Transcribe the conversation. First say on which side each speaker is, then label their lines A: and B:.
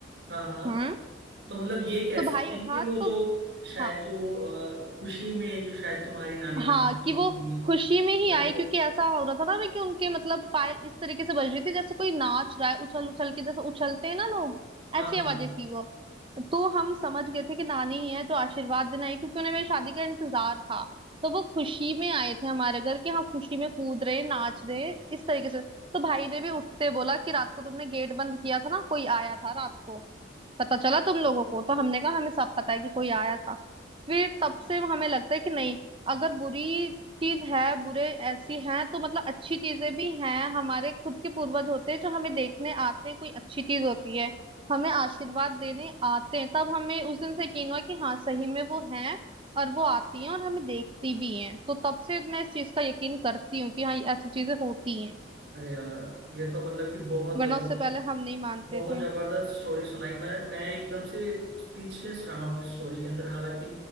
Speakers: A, on the right; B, on the right.
A: हाँ हाँ
B: हम्म
A: तो मतलब ये कह
B: तो
A: सकते
B: भाई
A: हैं
B: उठा
A: कि वो
B: तो
A: जो शायद
B: हाँ
A: जो अ, खुशी में जो शायद तुम्हारी नानी नाम
B: हाँ
A: चली
B: कि वो
A: होंगी
B: खुशी में ही
A: या
B: आई
A: तो-
B: क्योंकि ऐसा हो रहा था ना कि उनके मतलब पायल इस तरीके से बज रही थी जैसे कोई नाच रहा है उछल उछल के जैसे उछलते हैं ना लोग
A: हाँ
B: ऐसी आवाजें
A: हाँ
B: थी वो तो हम समझ गए थे कि नानी ही है जो आशीर्वाद देने आई क्योंकि उन्हें मेरी शादी का इंतजार था तो वो खुशी में आए थे हमारे घर कि हाँ खुशी में कूद रहे नाच रहे इस तरीके से तो भाई ने भी उठते बोला कि रात को तुमने गेट बंद किया था ना कोई आया था रात को पता चला तुम लोगों को तो हमने कहा हमें सब पता है कि कोई आया था फिर तब से हमें लगता है कि नहीं अगर बुरी चीज है बुरे ऐसी हैं तो मतलब अच्छी चीजें भी हैं हमारे खुद के पूर्वज होते हैं जो हमें देखने आते हैं कोई अच्छी चीज होती है हमें आशीर्वाद देने आते हैं तब हमें उस दिन से यकीन हुआ कि हाँ सही में वो हैं और वो आती हैं और हमें देखती भी हैं तो तब से मैं इस चीज का यकीन करती हूँ कि हाँ ये ऐसी चीजें होती हैं
A: अरे यार ये तो मतलब कि बहुत
B: वरना
A: जबरदस्त
B: उससे पहले हम नहीं मानते
A: बहुत
B: थे
A: जबरदस्त स्टोरी सुनाई मैं मैं एकदम से स्पीचलेस रहा हूँ इस स्टोरी के अंदर हालांकि